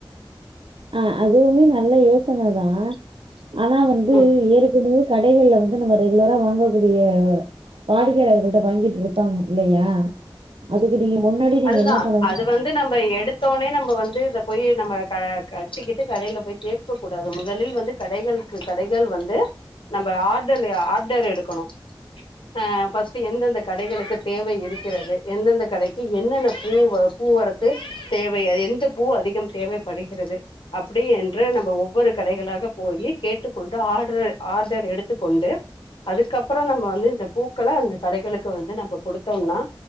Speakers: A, on the right; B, on the left.
A: ஆ அதுவுமே நல்ல யோசனை தா ஆனா வந்து
B: ம்
A: ஏற்கனவே கடைகள்ல வந்து நம்ம ரெகுலரா வாங்கக்கூடிய வாடிக்கையாளர்கிட்ட வாங்கிட்டு இருப்பாங்க இல்லையா அதுக்கு நீங்க முன்னாடி நீங்க
B: அதுதா
A: என்ன பண்ணனு
B: அது வந்து நம்ம எடுத்த ஒன்னே நம்ம வந்து இத போய் நம்ம கட்டிக்கிட்டு கடேல போய் கேக்க கூடாது முதலில் வந்து கடைகளுக்கு கடைகள் வந்து நம்ம ஆர்டல் ஆர்டர் எடுக்கணு ஆ ஃபர்ஸ்ட் எந்தெந்த கடைகளுக்கு தேவை இருக்கிறது எந்தெந்த கடைக் கி என்னென்ன பூ பூவரத்து தேவை எந்த பூ அதிகம் தேவைப்படுகிறது அப்டி என்று நம்ம ஒவ்வொரு கடைகளாக போயி கேட்டுக்கொண்டு ஆடர் ஆர்டர் எடுத்துக்கொண்டு அதுக்கப்றோ நம்ம வந்து இந்த பூக்களை அந்த கடைகளுக்கு வந்து நம்ம குடுத்தோம்னா